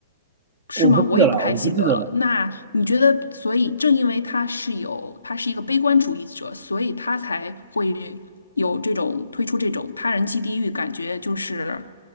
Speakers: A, on the left; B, on the right.
A: 是吗？
B: 我不记得了，
A: 我也不太记得了。
B: 我不记得了。
A: 那你觉得，所以正因为他是有，他是一个悲观主义者，所以他才会有这种推出这种他人即地狱，感觉就是